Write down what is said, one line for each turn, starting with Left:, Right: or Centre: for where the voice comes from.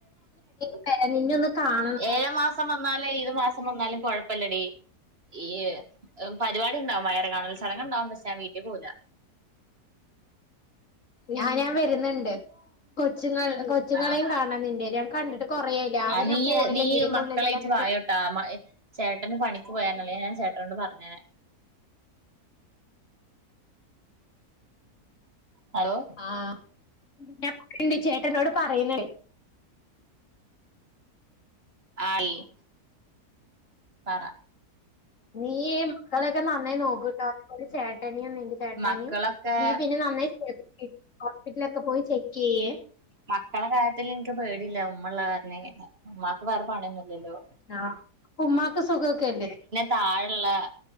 Left: <unintelligible> നിന്നെ ഒന്ന് കാണണം
Right: ഏഴ് മാസം വന്നാലും ഏത് മാസം വന്നാലും കുഴപ്പില്ലടി ഈ പരിപാടി ഉണ്ടാവും വയറ് കാണൽ ചടങ്ങ് ഉണ്ടാവും പക്ഷെ ഞാൻ വീട്ടിൽ പോവൂല
Left: ഞാൻ ഞാൻ വരുന്നുണ്ട് കൊച്ചുങ്ങ കൊച്ചുങ്ങളെയും
Right: ആഹ്
Left: കാണണം നിന്റെ ഞാൻ കണ്ടിട്ട് കൊറേ ആയി ഞാൻ
Right: ആ
Left: പിന്നെ
Right: നീയ്
Left: ഫോണില്
Right: നീ
Left: വീഡിയോ കോളിലല്ലേ
Right: മക്കളായിട്ട്
Left: കണ്ടിട്ടുള്ള്
Right: <unintelligible> ചേട്ടന് പണിക്ക് <unintelligible> അല്ലേ ഞാൻ ചേട്ടനോട് പറഞ്ഞേനെ ഹലോ
Left: ആഹ് <unintelligible> ചേട്ടനോട് പറയുന്നെ
Right: <unintelligible> പറ
Left: നീ മക്കളൊക്കെ നന്നായി നോക്കട്ടോ <unintelligible> ചേട്ടനും
Right: മക്കളൊക്കെ
Left: നീ പിന്നെ നന്നായി ഹോസ്പിറ്റലൊക്കെ പോയി ചെക്ക് ചെയ്യേ
Right: മക്കള കാര്യത്തിൽ എനിക്ക് പേടിയില്ല ഉമ്മ ഉള്ളെകാരണമേ ഉമ്മാക്ക് വേറെ പണിയൊന്നും ഇല്ലല്ലോ
Left: ആഹ് ഉമ്മാക്ക് സുഖക്കെല്ലേ
Right: താഴയുള്ള